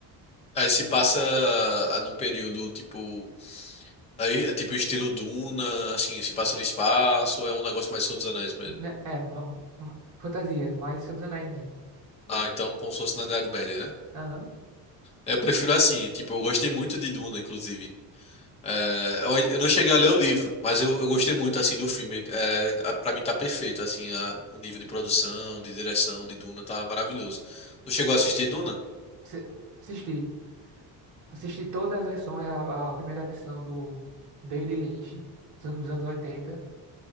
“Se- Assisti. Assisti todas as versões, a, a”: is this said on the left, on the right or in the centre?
Right